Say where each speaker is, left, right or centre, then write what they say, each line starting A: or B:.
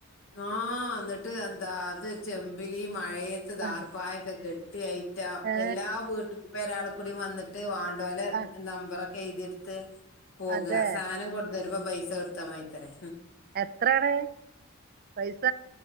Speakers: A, on the left; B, on the right.
A: ആഹ് ന്നട്ട് എന്താ അത് ചെമ്പിലീ മയേത്ത് ദാർപ്പായൊക്ക
B: ആ,
A: കെട്ടി യയി റ്റ
B: ഏ
A: എല്ലാ വീട്ട് പേരാൾക്കുടിം വന്നട്ട് വാണ്ടോലെ
B: ആ
A: നമ്പറൊ എയ്തിട്ത്ത് പോക
B: അതെ
A: സാനം കൊട്ന്നെരുമ്പോ പൈസൊട്ത്താമയ്ത്തരെ
B: എത്രെണ് പൈസ